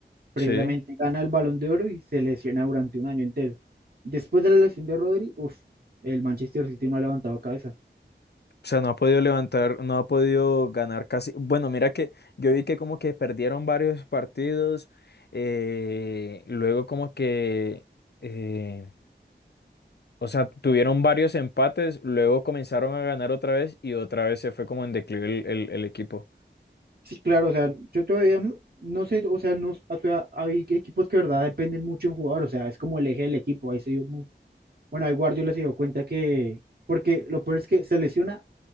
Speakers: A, on the right; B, on the left.
A: Precisamente
B: Sí.
A: gana el Balón de Oro y se lesiona durante un año entero. Después de la lesión de Rodri, uf, el Manchester City no ha levantado cabeza.
B: O sea, no ha podido levantar, no ha podido ganar casi. Bueno, mira que yo vi que como que perdieron varios partidos, eh, luego como que, eh, o sea, tuvieron varios empates, luego comenzaron a ganar otra vez y otra vez se fue como en declive el, el el equipo.
A: Sí, claro, o sea, yo todavía mm, no sé, o sea, no, o sea, hay equipos que de verdad dependen mucho de un jugador, o sea, es como el eje del equipo. Ahí se dio, mu- bueno, ahí Guardiola se dio cuenta que, porque lo peor es que se lesiona